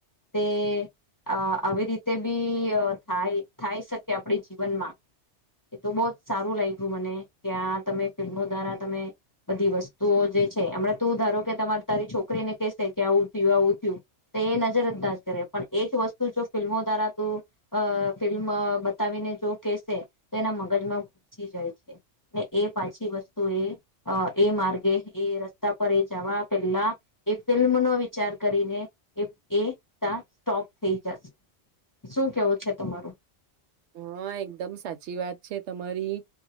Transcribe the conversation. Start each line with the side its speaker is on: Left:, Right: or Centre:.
Left: તે આવી રીતે બી થાય થાય શકે આપડી જીવનમાં એ તો બહ જ સારું લાગ્યું મને કે આ તમે ફિલ્મો દ્વારા તમે બધી વસ્તુઓ જે છે હમણા તું ધારો કે તમારે તારી છોકરીને કે કે આવું થયું આવું થયું તો એ નજર અંદાજ કરે પણ એ જ વસ્તુ જો ફિલ્મો દ્વારા તું ફિલ્મ બતાવીને જો કેસે તો એના મગજમાં ઘૂસી જાય છે ને એ પાછી વસ્તુ એ એ માર્ગે એ રસ્તા પર એ જવા પેલા એ ફિલ્મનોો વિચાર કરીને એ ત સ્ટોપ થઈ જશે શું કેવું છે તમારું
Right: હા, એકદમ સાચી વાત છે તમારી